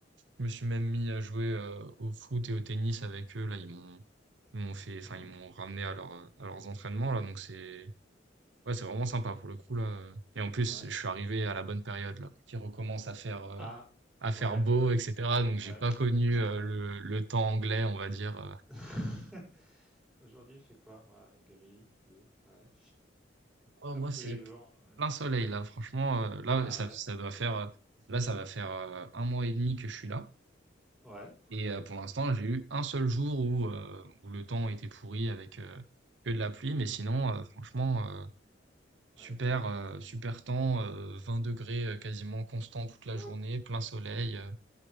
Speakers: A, on the right (about 80°); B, in the centre.
A: je me suis même mis à jouer euh, au foot et au tennis avec eux là, ils m'ont ils m'ont fait enfin
B: Mhm.
A: ils m'ont ramené à leur à leurs entraînements là, donc c'est Ouais, c'est vraiment sympa pour le coup là. Et en plus,
B: Ouais.
A: je suis arrivé à la bonne période là, qui recommence à faire euh,
B: Ah,
A: à
B: ouais,
A: faire beau, etc. Donc
B: ouais,
A: j'ai pas connu
B: ouais,
A: euh,
B: ouais.
A: le le temps anglais, on va dire. euh.
B: <laughs> Aujourd'hui, il fait quoi, moi? Gris, il pleut, ouais.
A: Oh,
B: Comme
A: moi
B: tous
A: c'est
B: les jours. ouais.
A: plein soleil là. Franchement, euh, là
B: Ah,
A: ça
B: ouais.
A: ça doit faire euh, là ça va faire euh, un mois et demi que je suis là.
B: Ouais.
A: Et euh, pour l'instant, j'ai eu un seul jour où euh, où le temps était pourri avec euh, que de la pluie, mais sinon euh, franchement euh,
B: Ouais,
A: super
B: bien.
A: euh, super temps, euh, 20 degrés euh, quasiment constant toute
B: What?
A: la journée, plein soleil. euh,